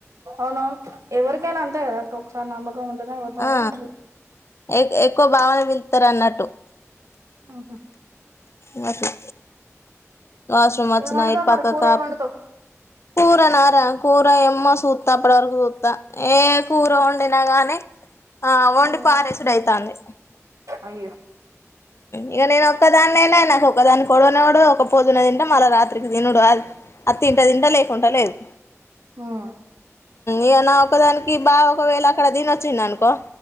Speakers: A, on the right; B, on the left.
A: అవునువును ఎవరికనా అంత కదాసార్ నామ <inaudible> అంట నత
B: ఆ
A: న
B: ఎ ఎక్కువ భావన వెళ్తారు అన్నట్టు
A: ఆహా
B: వ స చె వాష్్రూమ్ వచ్చనయిట్
A: ఏం వండుతావ్
B: పక
A: మరి కూర
B: కాపు
A: ఏం వండుతావ్
B: కూరనా కూర ఎమ్మ సూతా అప్పుడువరకు సూతా ఏ కూర ఉ నాగానే ఆ వండిపోారసుడ
A: ఉమ్
B: అయితుంది
A: అయ్యో
B: ఇక నేను ఒక్కదాన్నేనా నాకు ఒక్క దాని కొడనేడు ఒక పోదున్న తింటే మళ్ళ రాత్రికి తినుడు అది తింట తింటా లేకుండా లేదు
A: ఉమ్
B: ఇకనా ఒకదానికి బాగా ఒకవేళ అక్కడ తినిొచ్చింది అనుకో